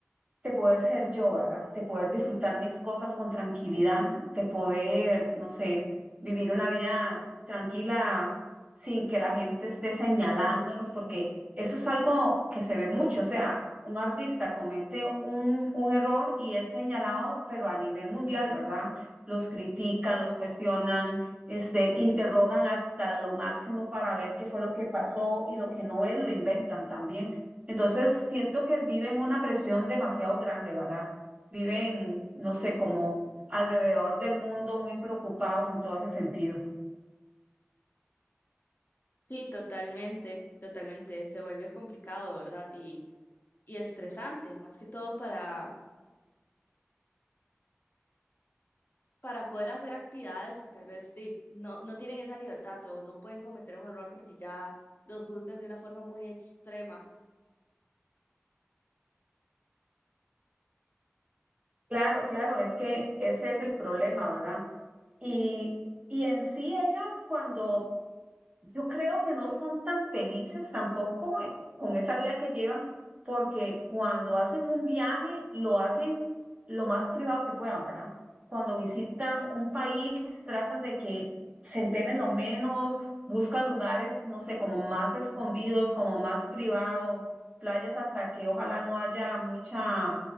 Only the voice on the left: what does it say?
Sí, totalmente, totalmente. Se vuelve complicado, ¿verdad? Y, y estresante, más que todo para, para poder hacer actividades que tal vez sí, no, no tienen esa libertad o no pueden cometer un error porque ya los juzgan de una forma muy extrema.